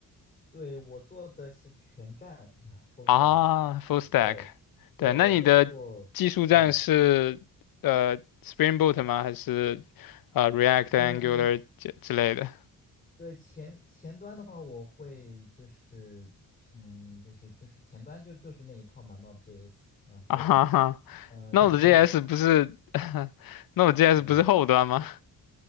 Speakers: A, on the left; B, on the left.
A: 对我做的是全站 <sighs> full
B: 啊？Full
A: stack，
B: stack，
A: 对对，
B: 对，那你的技术栈是呃
A: 我会做，嗯
B: Spring Boot 吗？还是呃 React、Angular
A: 嗯，
B: 之之类的？
A: 对前前端的话，我会就是嗯就是就是前端就就是那一套嘛，Node.js，
B: <laughs>
A: 然后
B: 啊哈哈
A: 嗯、呃对
B: Node.js
A: <laughs>
B: 不是 <laughs> Node.js
A: 嗯
B: 不是后端吗？